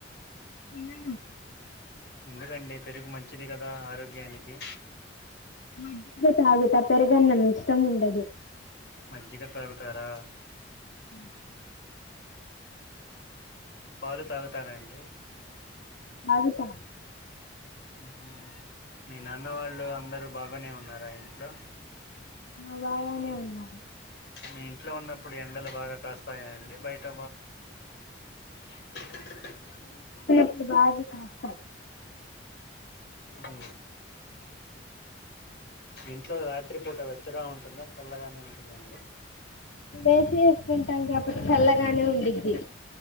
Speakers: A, on the left (about 75°); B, on the left (about 60°).
A: తినను
B: ఎందుకండి పెరుగు మంచిది కదా ఆరోగ్యానికి
A: మజ్జిగ తాగుత పెరుగన్నం ఇష్టం ఉండదు
B: మజ్జిగా తాగుతారా
A: ఉ
B: పాలు తాగుతారా అండి
A: తాగుతా
B: ఉహు మీ నాన్న వాళ్ళు అందరు బాగానే ఉన్నారా ఇంట్లో
A: ఆ బాగానే ఉన్నారు
B: మీ ఇంట్లో ఉన్నప్పుడు ఎండలు బాగా కాస్తాయండి బయట <unintelligible>
A: అక్కడ బాగా కాస్తాయి
B: అ ఇంట్లో రాత్రి పూట వెచ్చగా ఉంటుందా చల్లగానే ఉంటుందాండి
A: ఏసి వేసుకుంటాం కాబటి చల్లగానే ఉండిద్ది